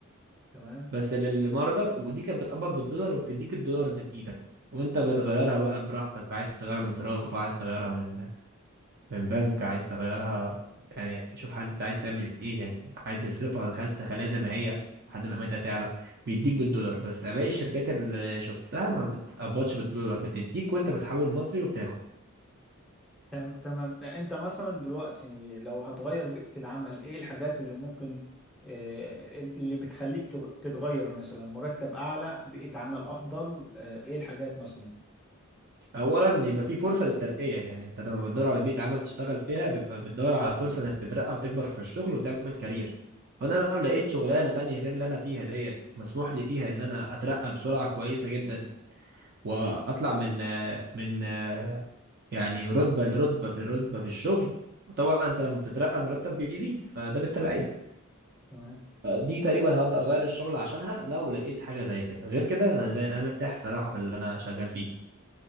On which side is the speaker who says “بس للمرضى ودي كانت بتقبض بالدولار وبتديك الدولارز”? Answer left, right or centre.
Right